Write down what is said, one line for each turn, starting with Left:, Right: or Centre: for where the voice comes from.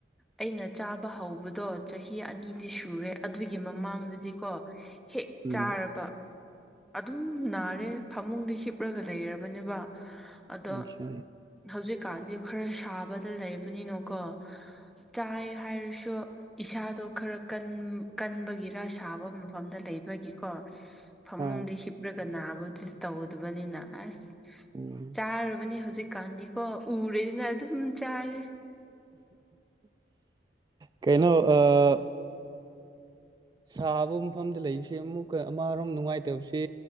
Centre: ꯑꯩꯅ ꯆꯥꯕ ꯍꯧꯕꯗꯣ ꯆꯍꯤ ꯑꯅꯤꯗꯤ ꯁꯨꯔꯦ ꯑꯗꯨꯒꯤ ꯃꯃꯥꯡꯗꯗꯤꯀꯣ ꯍꯦꯛ
Right: ꯎꯝ
Centre: ꯆꯥꯔꯕ ꯑꯗꯨꯝ ꯅꯥꯔꯦ ꯐꯃꯨꯡꯗ ꯍꯤꯞꯂꯒ ꯂꯩꯔꯕꯅꯦꯕ ꯑꯗꯣ
Right: ꯑꯆꯥ
Centre: ꯍꯧꯖꯤꯛꯀꯥꯟꯗꯤ ꯈꯔ ꯁꯥꯕꯗ ꯂꯩꯕꯅꯤꯅꯀꯣ ꯆꯥꯏ ꯍꯥꯏꯔꯁꯨ ꯏꯁꯥꯗꯣ ꯈꯔ ꯀꯟ ꯀꯟꯕꯒꯤꯔ ꯁꯥꯕ ꯃꯐꯝꯗ ꯂꯩꯕꯒꯤꯀꯣ ꯐꯃꯨꯡꯗꯍꯤꯞ
Right: ꯍꯣꯏ
Centre: ꯆ꯭ꯔꯒ ꯅꯥꯕꯨꯗꯤ ꯇꯧꯒꯗꯕꯅꯤꯅ ꯑꯁ
Right: ꯎꯝ
Centre: ꯆꯥꯔꯨꯕꯅꯦ ꯍꯧꯖꯤꯛꯀꯥꯟꯗꯤꯀꯣ ꯎꯔꯦꯗꯅ ꯑꯗꯨꯝ ꯆꯥꯔꯦ
Right: ꯀꯩꯅꯣ ꯑꯥ ꯁꯥꯕ ꯃꯐꯝꯗ ꯂꯩꯕꯁꯤ ꯑꯃꯨꯛꯀ ꯑꯃꯔꯣꯝ ꯅꯨꯡꯉꯥꯏꯇꯕꯁꯤ